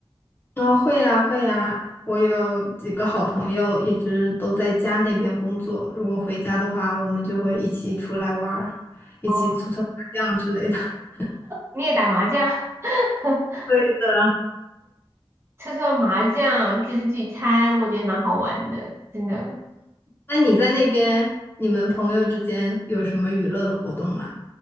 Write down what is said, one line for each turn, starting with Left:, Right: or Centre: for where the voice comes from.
Left: 啊，会呀，会呀，我有几个好朋友一直都在家那边工作，如果回家的话，我们就会一起出来玩儿，一起搓搓麻将之类的。
Right: 哦，
Left: <laughs>
Right: 你也打麻将，<laughs>
Left: 对的。
Right: 搓搓麻将就是聚餐，我觉得蛮好玩的，真的。
Left: 那你在那边，你们朋友之间有什么娱乐的活动吗？